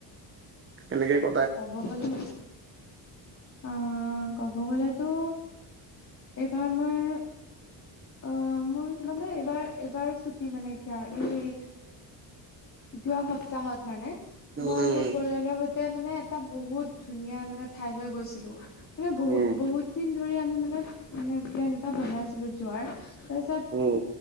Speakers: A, on the right; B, on the left.
A: কেনেকে ক,
B: ক'ব গ'লে অ, অ ক'ব গ'লেতো এইবাৰ মই, অ মোৰ মানে এবাৰ এবাৰ ছুটি মানে এতিয়া এই, যোৱা সপ্তাহত মানে
A: উম,
B: মই মোৰ পৰিয়ালৰ সৈতে। তাতে মানে এটা বহুত ধুনীয়া মানে ঠাইলৈ গৈছিলোঁ। মানে বহুত
A: উম,
B: বহুত দিন ধৰি আমি মানে মানে প্লেন এটা বনাইছিলো যোৱাৰ। তাৰপিছত
A: উম,